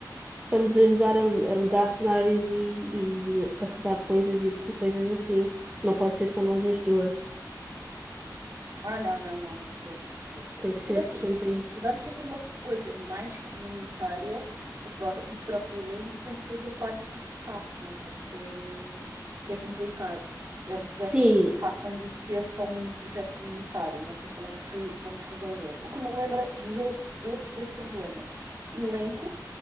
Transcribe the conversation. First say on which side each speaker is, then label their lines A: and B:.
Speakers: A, on the right; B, on the right.
A: para nos ajudar a,
B: robusta.
A: a mudar cenários e, e carregar coisas e, e coisas assim. Não pode ser só nós as duas.
B: Ah, não, não, não, de todo, de todo.
A: Tem que ser,
B: Mas é assim,
A: precisamos aí.
B: se vamos fazer uma coisa mais comunitária, o, pró- o próprio elenco tem que fazer parte do staff, não pode ser, eh, o que é complicado. É um projeto
A: Sim,
B: de facto ambicioso para um projeto comunitário, não sei como é que re- vamos resolver. O que me lembra dos, ou- de outros dois problemas: elenco,